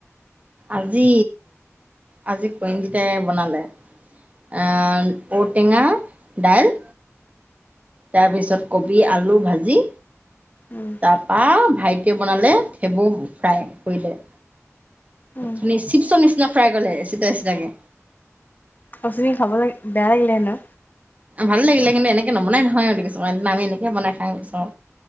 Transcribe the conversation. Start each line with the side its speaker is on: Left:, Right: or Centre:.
Right: আজি আজি পৰিঞ্জিতাই বনালে। আহ ঔটেঙা দাইল তাৰপিছত কবি আলু ভাজি
Left: উম
Right: তাৰপা ভাইটিয়ে বনালে ঠেবো ফ্ৰাই কৰিলে।
Left: উম
Right: অথনি চিপছৰ নিচিনা ফ্ৰাই কৰিলে এচিটা এচিটাকে।
Left: পচনী খাব লাগ বেয়া লাগিলে হেনো
Right: ভাল লাগিলে কিন্তু এনেকে নৱনাই নহয় বুলি কৈছে ক সেইদিনা আমি এনেকে বনাই ওচৰত